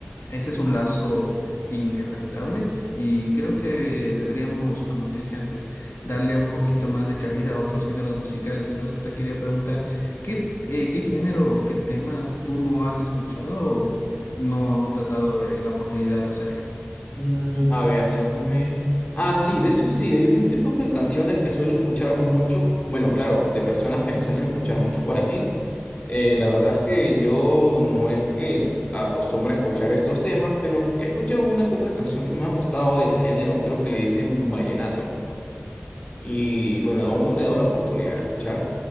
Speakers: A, on the left (about 80°); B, on the left (about 35°).
A: ese es un lazo inquebrantable y creo que deberíamos, como te dije antes, darle un poquito más de cabida a otros géneros musicales. Entonces te quería preguntar. ¿Qué, eh, qué género o qué temas tú no has escuchado o no, no te has dado eh, la oportunidad de hacerlo?
B: Mm, a ver, déjame. Ah, sí, de hecho sí, hay un tipo de canciones que suelo escuchar mucho. Bueno, claro, de personas que lo suelen escuchar mucho por aquí. Eh, la verdad es que yo no es que acostumbre a escuchar estos temas, pero he escuchado una que otra canción que me ha gustado del género, creo que le dicen vallenato. Y bueno, aún no le he dado la oportunidad de escuchar